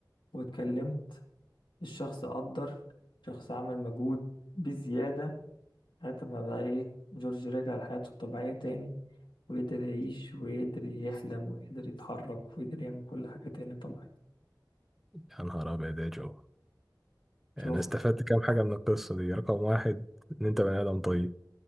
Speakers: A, on the left; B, in the centre.
A: واتكلمت الشخص قدر شخص عمل مجهود بزيادة لغاية ما بقى إيه جورج رجع لحياته الطبيعية تاني وقدر يعيش وقدر يحلم وقدر يتحرك وقدر يعمل كل حاجة تاني طبيعي
B: يا نهار ابيض يا جو يعني
A: شفت
B: انا استفدت كام حاجه من القصه دي رقم واحد ان انت بني ادم طيب